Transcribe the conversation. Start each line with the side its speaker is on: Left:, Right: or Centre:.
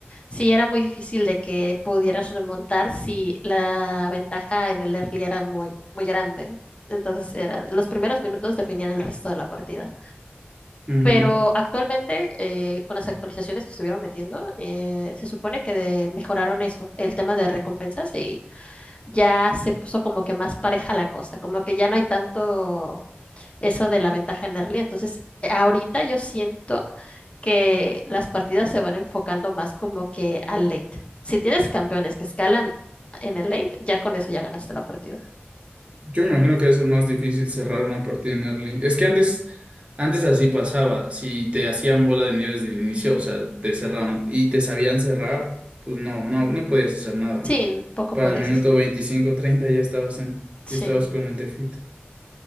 Left: sí era muy difícil de que pudieras remontar si la ventaja en el early era muy, muy grande. Entonces era, los primeros minutos definían el resto de la partida.
Right: Ujú.
Left: Pero actualmente, eh, con las actualizaciones que estuvieron metiendo, eh, se supone que de- mejoraron eso, el tema de recompensas y ya se puso como que más pareja la cosa, como que ya no hay tanto eso de la ventaja en early. Entonces, ahorita yo siento que las partidas se van enfocando más como que al late. Si tienes campeones que escalan en el late, ya con eso ya ganaste la partida.
Right: Yo me imagino que debe ser más difícil cerrar una partida en early. Es que antes, antes así pasaba. Si te hacían bola de nieve desde el inicio, o sea, te cerraban y te sabían cerrar, pues no, no, no podías hacer nada.
Left: Sí, poco
Right: Para
Left: podías
Right: el minuto
Left: hacer.
Right: 25 30 ya estabas en,
Left: Sí,
Right: ya estabas con el defeat.